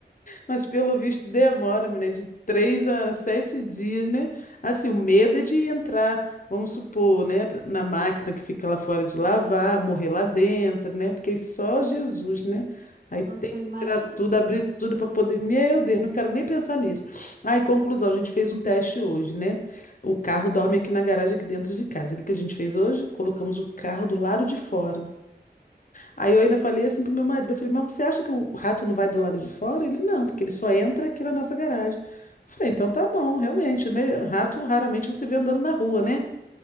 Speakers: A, on the left; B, on the right.
A: Mas pelo visto demora, menina, de três a sete dias, né? Assim, o medo é de entrar, vamos supor, né, na máquina que fica lá fora de lavar, morrer lá dentro, né? Porque é só Jesus, né? Aí tem
B: Nossa,
A: que
B: eu imagino.
A: tirar tudo, abrir tudo para poder. Meu Deus, não quero nem pensar nisso. Aí, conclusão, a gente fez um teste hoje, né? O carro dorme aqui na garagem, aqui dentro de casa. O que que a gente fez hoje? Colocamos o carro do lado de fora. Aí eu ainda falei assim pro meu marido, eu falei, mas você acha que o rato não vai do lado de fora? Ele, não, porque ele só entra aqui na nossa garagem. Eu falei, então tá bom, realmente, né? Rato raramente você vê andando na rua, né?